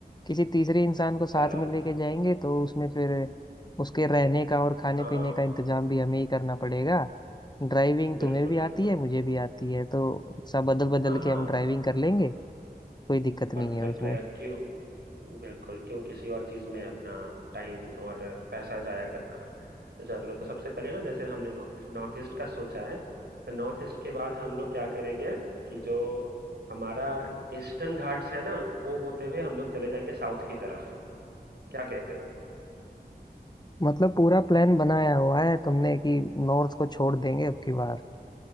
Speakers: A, on the left (about 25°); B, on the right (about 85°).
A: किसी तीसरे इंसान को साथ
B: चलो
A: में लेके जाएंगे तो उसमें फिर उसके रहने का और खाने
B: हाँ
A: पीने का इंतजाम भी हमें ही करना पड़ेगा ड्राइविंग तुम्हें
B: बिल्कुल
A: भी
B: बिल्कुल
A: आती है मुझे भी आती है तो सब बदल बदल
B: हाँ हाँ
A: के हम ड्राइविंग कर लेंगे कोई दिक्कत नहीं
B: परफेक्ट
A: है उसमें
B: रहेगा क्यों बिल्कुल क्यों किसी और चीज में अपना टाइम और पैसा जाया करना तो चलो तो सबसे पहले ना जैसे हमने नॉर्थ नॉर्थ ईस्ट का सोचा है तो नॉर्थ ईस्ट के बाद हम लोग क्या करेंगे कि जो हमारा ईस्टर्न घाट्स है ना वो होते हुए हम लोग चले जाएंगे साउथ की तरफ क्या कहते हो
A: मतलब पूरा प्लान बनाया हुआ है तुमने कि नॉर्थ को छोड़ देंगे अब की बार